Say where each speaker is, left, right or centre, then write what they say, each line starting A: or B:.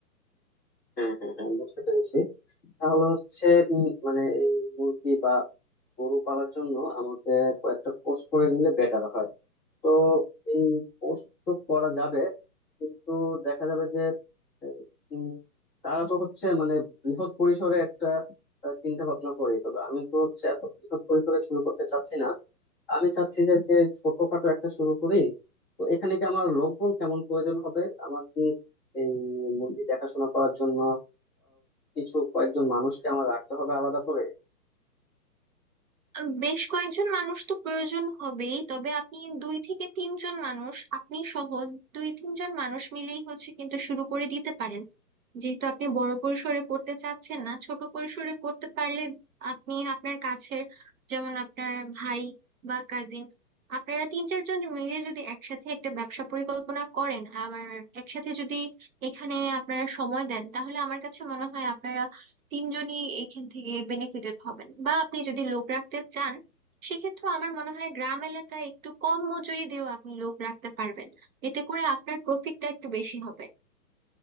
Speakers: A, in the centre; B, on the right (about 55°).
A: হ্যাঁ হ্যাঁ হ্যাঁ বুঝতে পেরেছি তাহলে হচ্ছে উম, মানে এই মুরগি বা গরু পালার জন্য আমাকে কয়েকটা কোর্স করে নিলে বেটার হয় তো এই কোর্স তো করা যাবে কিন্তু দেখা যাবে যে আহ, উম, তারা তো হচ্ছে মানে বৃহৎ পরিসরে একটা আহ, চিন্তা ভাবনা করে তবে আমি তো হচ্ছে এত বৃহৎ পরিসরে শুরু করতে চাচ্ছি না আমি চাচ্ছি যে যে ছোটখাটো একটা শুরু করি তো এখানে কি আমার লোকবল কেমন প্রয়োজন হবে আমার কি এই মুরগি দেখাশোনা করার জন্য কিছু কয়েকজন মানুষকে আমার রাখতে হবে আলাদা করে
B: উম, বেশ কয়েকজন মানুষ তো প্রয়োজন হবেই তবে আপনি দুই থেকে তিনজন মানুষ আপনি সহ দুই তিনজন মানুষ মিলেই হচ্ছে কিন্তু শুরু করে দিতে পারেন যেহেতু আপনি বড় পরিসরে করতে চাচ্ছেন না ছোট পরিসরে করতে পারলে আপনি আপনার কাছের যেমন আপনার ভাই বা কাজিন আপনারা তিন চারজন মিলে যদি একসাথে একটা ব্যবসা পরিকল্পনা করেন আবার একসাথে যদি এখানে আপনারা সময় দেন তাহলে আমার কাছে মনে হয় আপনারা তিনজনই এইখান থেকে বেনিফিটেড হবেন বা আপনি যদি লোক রাখতে চান সেক্ষেত্রে আমার মনে হয় গ্রাম এলাকায় একটু কম মজুরি দিয়েও আপনি লোক রাখতে পারবেন এতে করে আপনার প্রফিটটা একটু বেশি হবে